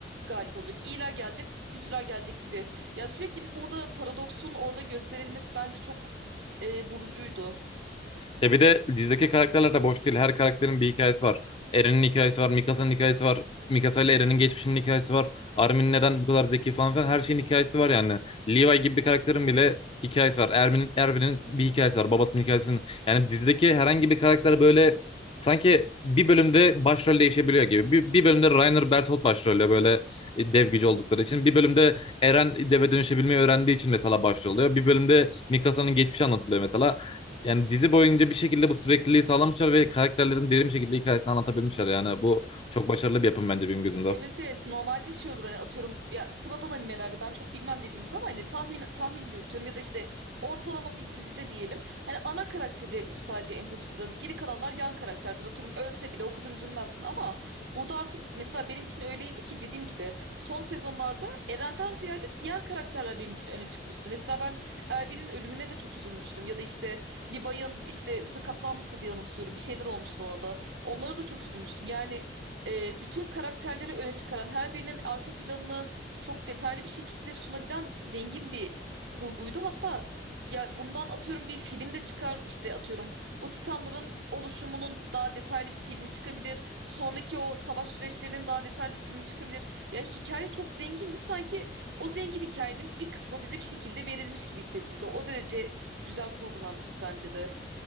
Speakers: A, on the right (about 80°); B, on the left (about 30°).
A: galip olacak. İyiler gelecek, kötüler gelecek gibi. Ya sürekli bir burada paradoksun orada gösterilmesi bence çok e, vurucuydu.
B: Ya bir de dizideki karakterler de boş değil. Her karakterin bir hikayesi var. Eren'in hikayesi var, Mikasa'nın hikayesi var. Mikasa ile Eren'in geçmişinin hikayesi var. Armin neden bu kadar zeki falan filan her şeyin hikayesi var yani. Levi gibi bir karakterin bile hikayesi var. Ermin'in, Erwin'in bir hikayesi var. Babasının hikayesinin. Yani dizideki herhangi bir karakter böyle sanki bir bölümde başrol değişebiliyor gibi. Bir, bir bölümde Rainer Berthold başrolle böyle e, dev gücü oldukları için. Bir bölümde Eren deve dönüşebilmeyi öğrendiği için mesela başrol oluyor. Bir bölümde Mikasa'nın geçmişi anlatılıyor mesela yani dizi boyunca bir şekilde bu sürekliliği sağlamışlar ve karakterlerin derin bir şekilde hikayesini anlatabilmişler. Yani bu çok başarılı bir yapım bence benim gözümde.
A: Evet evet normalde şey olur hani atıyorum ya sıradan animelerde ben çok bilmem dediğim gibi ama hani tahmin tahmin yürütüyorum ya da işte ortalama bir dizide diyelim hani ana karakterle biz sadece empati kurarız geri kalanlar yan karakterdir atıyorum ölse bile o kadar üzülmezsin ama burada artık mesela benim için öyleydi ki dediğim gibi son sezonlarda Eren'den ziyade diğer karakterler benim için öne çıkmıştı. Mesela ben Erwin'in ölümüne de çok üzülmüştüm ya da işte Levi'nin işte sakatlanmıştı diye anımsıyorum bir şeyler olmuştu ona da onlara da çok üzülmüştüm yani e, bütün karakterleri öne çıkaran, her birinin arka planını çok detaylı bir şekilde sunabilen zengin bir kurguydu. Hatta ya bundan atıyorum bir film de çıkar işte atıyorum bu Titanların oluşumunun daha detaylı bir filmi çıkabilir. Sonraki o savaş süreçlerinin daha detaylı bir filmi çıkabilir. Ya hikaye çok zengindi. Sanki o zengin hikayenin bir kısmı bize bir şekilde verilmiş gibi hissettirdi. O derece güzel kurgulanmıştı bence de.